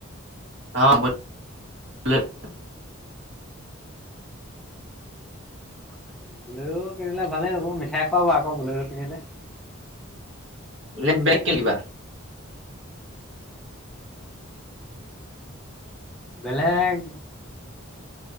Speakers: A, on the right; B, in the centre.
A: <inaudible>
B: বলেৰ'। কিনিলে ভালেই হ'ব। মিঠাই খোৱাবা আকৌ বলেৰ' কিনিলে।
A: নে বেগ কিনিবা?
B: বেলেগ